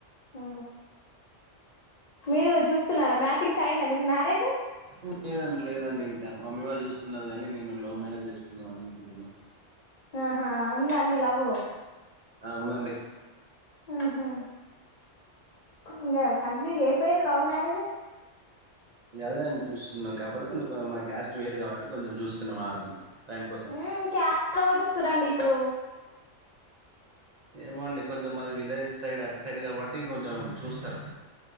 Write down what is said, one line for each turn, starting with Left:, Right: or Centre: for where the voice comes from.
Left: ఉ మీరు చూస్తున్నారా మ్యాచింగ్స్ అయిందా మీకు మ్యారేజ్
Right: ఉ లేదండి లేదండి ఇంకా మమ్మీ వాళ్ళు చూస్తున్నారు కానీ నేను లవ్ మ్యారేజ్ చేసుకుందాం అని అనుకుంటున్నా
Left: ఆహా ఉందా అన్నీ లవ్
Right: అవునండి
Left: ఆహా ఇంకా కంటిన్యూ ఏయిపోయరు లవ్ మ్యరేజ్
Right: గదే అని చూస్తున్నాం కాకపోతే కొంచెం క మ క్యాస్ట్ వేరు కాబట్టి కొంచెం చూస్తున్నాం వ అతను టైం కోసం
Left: ఉ క్యాస్ట్ లు ఎవరు చూస్తుర్రు అండి ఇప్పుడు
Right: ఏమో అండి కొంచెం మాది విలేజ్ సైడ్ అటు సైడ్ కాబట్టి కొంచెం చూస్తారు